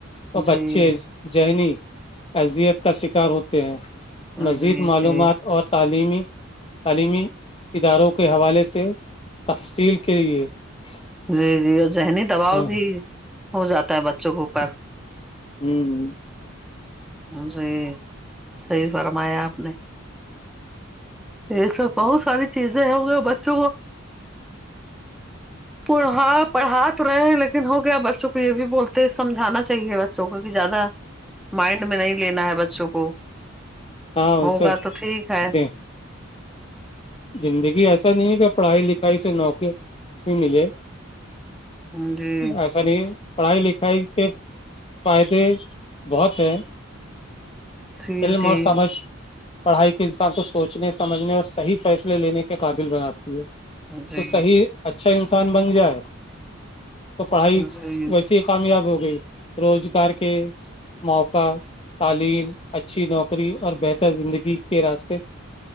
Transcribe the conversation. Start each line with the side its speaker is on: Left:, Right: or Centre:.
Left: اور
Centre: جی
Left: بچے ذہنی اذیت کا شکار ہوتے ہیں
Centre: جی
Left: مزید
Centre: جی جی
Left: معلومات اور تعلیمی تعلیمی اداروں کے حوالے سے تفصیل کے لیے <unintelligible>
Centre: جی جی اور ذہنی دباؤ
Left: ہاں
Centre: بھی ہو جاتا ہے بچوں کے اوپر
Left: ہوں
Centre: جی صحیح فرمایا آپ نے یہ سب بہت ساری چیزیں ہوں گی بچوں کو پڑھا پڑھا تو رہے ہیں لیکن ہو گیا بچوں کو یہ بھی بولتے سمجھانا چاہیے بچوں کو کہ زیادہ مائنڈ میں نہیں لینا ہے بچوں کو
Left: ہاں
Centre: ہوگا
Left: سب
Centre: تو ٹھیک ہے
Left: د زندگی ایسا نہیں ہے کہ پڑھائی لکھائی سے نوکری بھی ملے
Centre: جی
Left: ایسا نہیں ہے پڑھائی لکھائی کے فائدے بہت ہیں
Centre: جی
Left: علم
Centre: جی
Left: اور سمجھ پڑھائی کے انسان کو سوچنے سمجھنے اور صحیح فیصلے لینے کے قابل بناتی ہے
Centre: جی
Left: تو صحیح اچھا انسان بن جائے تو پڑھائی
Centre: جی
Left: ویسیے کامیاب ہو گئی روزگار کے موقع تعلیم <unintelligible> اچھی نوکری اور بہتر زندگی کے راستے